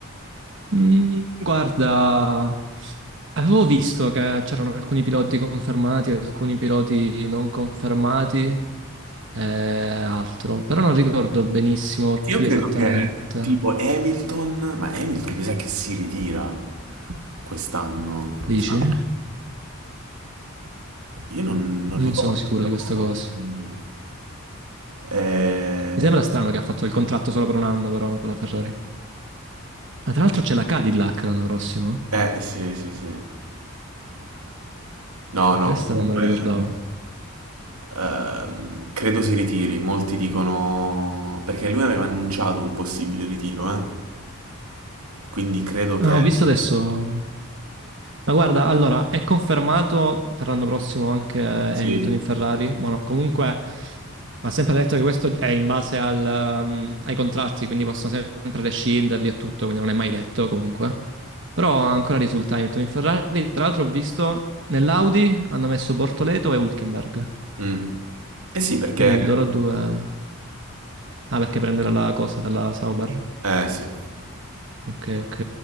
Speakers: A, on the right; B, on the right.
A: mm, guarda, avevo visto che c'erano alcuni piloti confermati, alcuni piloti non confermati e altro, però non ricordo benissimo
B: Perché
A: chi
B: Io credo
A: esattamente.
B: che tipo Hamilton, ma Hamilton mi sa che si ritira quest'anno,
A: Dici?
B: mi sa. Io non, non
A: Non
B: ricordo,
A: sono sicuro
B: però...
A: di questa cosa.
B: mm, Eh,
A: Mi sembra strano che ha fatto il contratto solo per un anno, però, con la Ferrari. Ah, tra l'altro c'è la Cadillac l'anno prossimo.
B: eh, sì, sì, sì. No, no,
A: Questa
B: comunque...
A: non me la ricordavo.
B: ehm, credo si ritiri, molti dicono... Perché lui aveva annunciato un possibile ritiro, eh? Quindi credo
A: Ah,
B: che...
A: ho visto adesso. Ma guarda, allora, è confermato per l'anno prossimo anche Hamilton
B: Sì.
A: in Ferrari. Ma no, comunque, va sempre detto che questo è in base al, um, ai contratti, quindi possono sempre rescinderli e tutto, quindi non è mai detto comunque. Però ancora risulta Hamilton in Ferrari. Tra l'altro ho visto nell'Audi hanno messo Bortoleto e Hülkenberg.
B: Mm. Eh sì, perché
A: Quindi loro due... Ah, perché prendere la cosa dalla Sauber?
B: Eh sì.
A: Ok, ok,